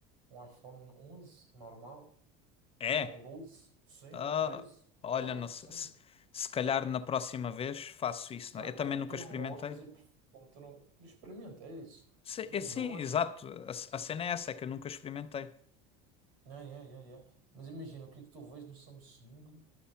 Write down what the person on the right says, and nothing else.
um iPhone 11 normal,
ou um 12 sim,
ou 13.
Claro
que
sim.
Não,
como
tu
não gostas e pref- como tu não... Experimenta, é isso.
Imagina,
eu acho
Não, é, é, é. Mas imagina, o que é que tu vês no Samsung